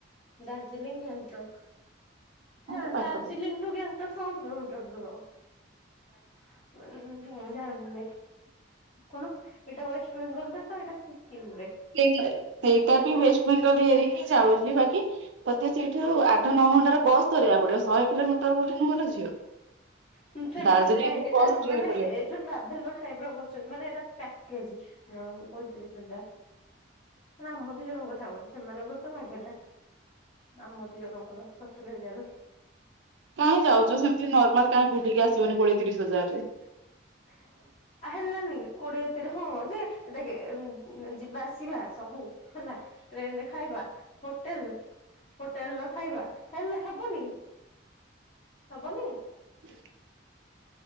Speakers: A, on the left; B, on the right.
A: ଦଡାର୍ଜିଲିଂ ଏ ଦ
B: ହଁ ସେ ପାଖାପାଖି।
A: ଦାର୍ଜିଲିଂ। ତ କେ ତ ସ କିିଲୋମିଟର ଦୂର। ମୁଁ କହିଲି ମୁଁ ଜଣିନି। କଣ ଏଇଟା ୱେଷ୍ଟବେଙ୍ଗଲ ରେ ତ ଏଇଟା ସିକିମ୍ ରେ
B: ସେଇଟା ବି ୱେଷ୍ଟ ବେଙ୍ଗଲ ଇଏରେ ହିଁ ଯାଉଛି ବାକି ତୋତେ ସେଇଠୁ ଆଠ ନଅ ଘଣ୍ଟାରେ ବସ୍ ଧରିବାକୁ ପଡିବ ଶହେ କିଲୋମିଟର ବୋଲି ନୁହଁ ଲୋ ଝିଅ
A: ହୁଁ ସେମାନେ
B: ଦାର୍ଜିଲିଂରୁ
A: ନାଇ ଏଇଟା
B: ବସ୍ ଧରିବାକୁ
A: ମାନେ
B: ପଡିବ।
A: ସେ ଯୋଉ ଟ୍ରାଭେଲର ଟାଇପ୍ ର କରୁଛନ୍ତି ମାନେ ଏଇଟା ପ୍ୟାକେଜ୍ ଜଣଙ୍କୁ ପଇଁତିରିଶ ହଜାର ନା ଆମ ଦି ଜଣ କଥା କହୁଉଛି ସେମାନଙ୍କର ତ ମାଗେନା ଆମ ଦୁଇ ଜଣଙ୍କ ର ସତରି ହଜାର
B: କାଇଁ ଯାଉଛ ସେମିତି ନର୍ମାଲ କାଇହିଁ ବୁଲିକି ଆସିବନି କୋଡିଏ ତିରିଶି ହଜାରରେ
A: <unintelligible> ଆ ହେଲାନି କୋଡିଏ ତିରିରେ ହଁ ଯେ ଦେଖେ ଯିବା ଆସିବା ସବୁ ହେଲା ଟ୍ରେନ୍ ରେ ଖାଇବା ହୋଟେଲ୍ ହୋଟେଲ୍ ର ଖାଇବା ହେଲେ ହେବନି ହବନି।
B: <unintelligible>